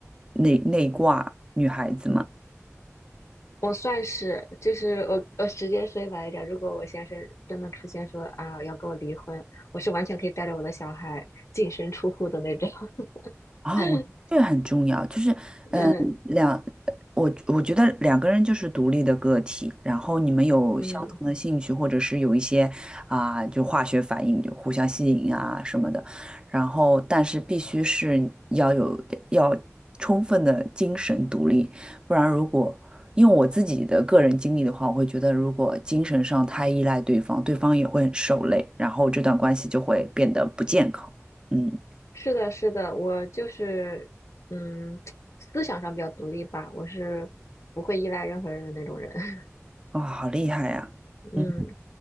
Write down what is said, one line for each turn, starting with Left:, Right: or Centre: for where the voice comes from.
Right: 内内挂女孩子吗？
Left: 我算是，就是我我直接说晚一点，如果我先生真的出现说啊要跟我离婚，我是完全可以带着我的小孩净身出户的那种。
Right: 啊，
Left: <laughs>
Right: 我这个很重要，就是
Left: 嗯
Right: 两，我我觉得两个人就是独立的个体，然后你们有相同的兴趣，
Left: 嗯，
Right: 或者是有一些啊、就化学反应，就互相吸引啊什么的，然后但是必须是要有要充分的精神独立，不然如果因为我自己的个人经历的话，我会觉得如果精神上太依赖对方，对方也会很受累，然后这段关系就会变得不健康。嗯，
Left: 是的，是的，我就是，嗯，思想上比较独立吧，我是不会依赖任何人的那种人。<laughs>
Right: 哇、好厉害呀！
Left: 嗯
Right: 嗯。